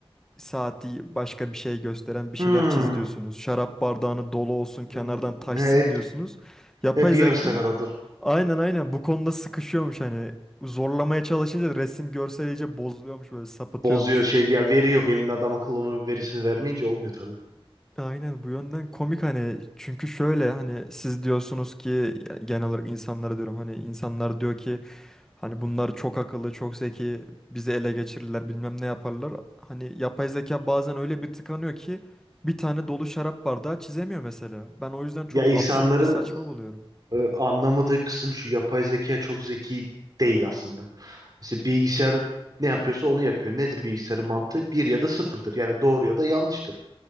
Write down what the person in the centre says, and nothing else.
saati başka bir şey gösteren bir şeyler
çiz diyorsunuz. Şarap bardağını dolu olsun, kenardan
taşsın
diyorsunuz. Yapay
zeka
aynen aynen bu konuda sıkışıyormuş hani. Zorlamaya çalışınca resim görsel iyice bozuluyormuş böyle sapıtıyormuş.
Aynen bu yönden komik hani çünkü şöyle hani siz diyorsunuz ki genel olarak insanlara diyorum hani insanlar diyor ki hani bunlar çok akıllı çok zeki bizi ele geçirirler bilmem ne yaparlar. Hani yapay zeka bazen öyle bir tıkanıyor ki bir tane dolu şarap bardağı çizemiyor mesela. Ben o yüzden çok
absürt ve saçma buluyorum.